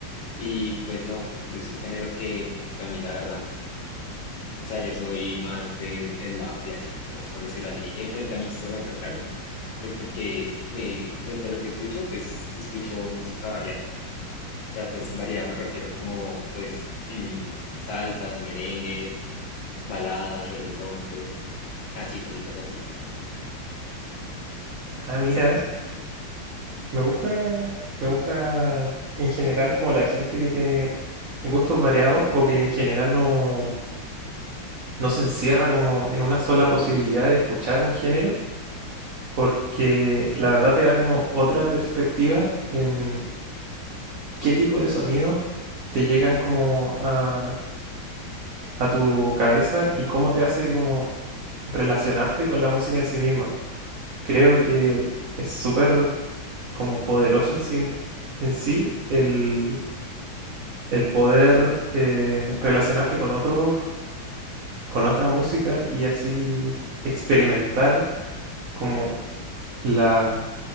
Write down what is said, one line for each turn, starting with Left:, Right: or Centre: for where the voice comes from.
Left: Y pues no, es un género que, que a mí la verdad no. O sea, yo soy más del el lado clásico, pues por decirlo así, eh, frente a mi instrumento, claro, pues porque eh, frente a lo que escucho, pues escucho música variada. O sea, pues variada me refiero como, pues, mm, salsas, merengues, baladas, reggaetón, pues, así, cositas así.
Right: Ah, mira, me gusta me gusta en general como la gente que tiene gustos variados o que en general no no se encierra como en una sola posibilidad de escuchar un género, porque la verdad te da como otra perspectiva en qué tipo de sonidos te llegan como a, a tu cabeza y cómo te hace como relacionarte con la música en sí misma. Creo que es súper como poderoso en sí, en sí el, el poder eh, relacionarte con otros, con otra música y así experimentar como la